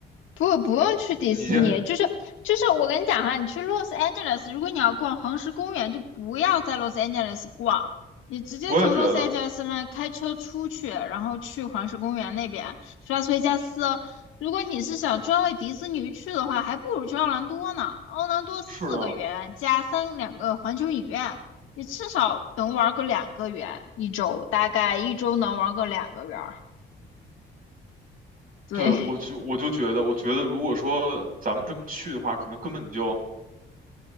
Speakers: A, on the left; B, on the right.
A: 不，不用去迪士尼，
B: 你这
A: 就是就是我跟你讲哈，你去 Los Angeles，如果你要逛黄石公园，就不要在 Los Angeles 逛，你直接从
B: 我也觉得
A: Los Angeles 那开车出去，然后去黄石公园那边，去拉斯维加斯。如果你是想专为迪士尼去的话，还不如去奥兰多呢。奥兰多四个园加三两个环球影院，
B: 是的。
A: 你至少能玩个两个园一周，大概一周能玩个两个园儿。对，
B: 对，我就我就觉得，我觉得如果说咱们这么去的话，可能根本就